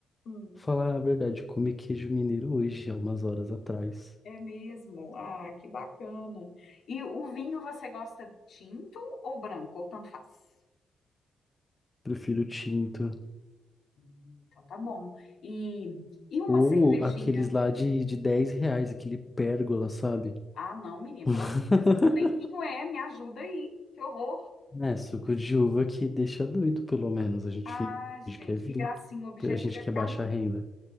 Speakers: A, on the left; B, on the left.
A: Hum,
B: Falar a verdade, eu comi queijo mineiro hoje, há umas horas atrás.
A: é mesmo. Ah, que bacana. E o vinho você gosta tinto ou branco? Ou tanto faz?
B: Prefiro tinto.
A: Hum, Então tá bom. E, e uma
B: Ou
A: cervejinha?
B: aqueles lá de, de 10 reais, aquele pérgola, sabe?
A: Ah, não, menina,
B: <laughs>
A: pelo amor de Deus, aquilo nem vinho é, me ajuda aí. Que horror.
B: É, suco de uva que deixa doido, pelo menos. A gente
A: Ah,
B: finge
A: gente,
B: que é vinho.
A: que gracinha, o objetivo
B: A gente
A: é
B: que
A: ficar
B: é baixa
A: doido.
B: renda.